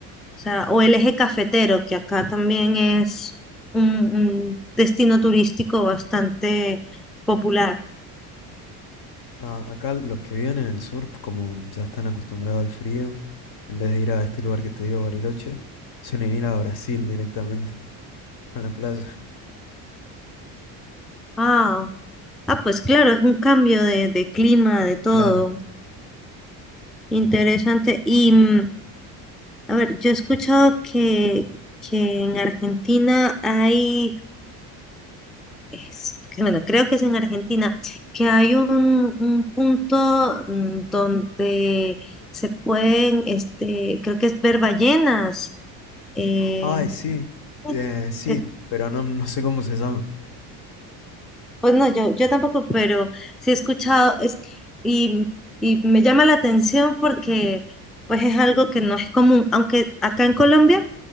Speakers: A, in the centre; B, on the left (about 55°).
A: sea, o el eje cafetero, que acá también es un, un destino turístico bastante popular.
B: Ah, acá los que viven en el sur, como ya están acostumbrados al frío, en vez de ir a este lugar que te digo, Bariloche, suelen ir a Brasil directamente, a la playa.
A: Ah, ah, pues claro, es un cambio de, de clima, de todo.
B: Claro.
A: Interesante. Y mm, a ver, yo he escuchado que, que en Argentina hay, es- que, bueno, creo que es en Argentina, que hay un, un punto mm, donde se pueden, este, creo que es ver ballenas. eh,
B: Ay, sí.
A: sí,
B: eh, sí,
A: es-
B: pero no, no sé cómo se llama.
A: pues no, yo, yo tampoco, pero sí he escuchado, es, y, y me llama la atención porque pues es algo que no es común, aunque acá en Colombia